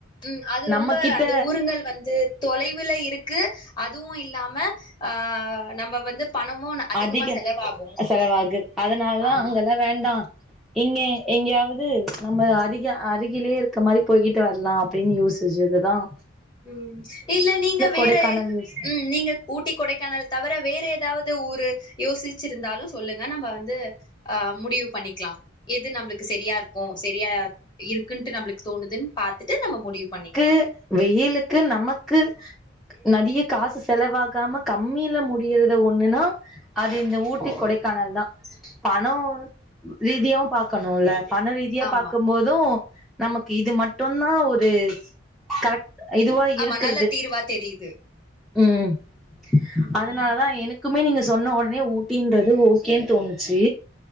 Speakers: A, on the left; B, in the centre.
A: ம் அதுரொம்ப
B: நம்ம கிட்ட
A: அந்த ஊருங்கள் வந்து தொலைவுல இருக்கு அதுவும் இல்லாம ஆ நம்ம வந்து பணமு அதிகமா
B: அதிகம்
A: செலவாகு
B: செலவாகு அதனாலதான்
A: ஆமா
B: அங்கல்லாம் வேண்டாம் இங்க எங்கயாவுது நம்ப அருக அருகிலேயே இருக்க மாதிரி போய்கிட்டு வர்லாம் அப்படின்னு யோசிச்சது தான்
A: ம் இல்ல நீங்க வேற
B: கொடைக்கானல் யோசி
A: உம் நீங்க ஊட்டி கொடைக்கானல் தவர வேற ஏதாவது ஊரு யோசிச்சு இருந்தாலும் சொல்லுங்க நம்ம வந்து ஆஹ் முடிவு பண்ணிக்லாம் எது நம்ளுக்கு சரியா இருக்கும் சரியா இருக்குன்ட்டு நம்ளுக்கு தோணுதுன்னு பாத்திட்டு நம்ம முடிவு பண்ணிக்கலா
B: க்கு வெயிலு க்கு நமக்கு நறிய காஸ்சு செலவாகாம கம்மில முடியிற ஒண்ணுன்னா அது இந்த ஊட்டி கொடைக்கானல் தான் பணம் ரீதியாவும் பாக்கணுல பண ரீதியா
A: ஆமா
B: பாக்கும்போதும் நமக்கு இது மட்டோம்தா ஒரு கரட் இதுவா
A: ஆமா
B: இருக்ற்து
A: நல்ல தீர்வா தெரியுது
B: ம்
A: ம்
B: அதனாலதான் எனக்குமே நீங்க சொன்ன வோடனே ஊட்டின்றது ஓகேன்னு தோணுச்சு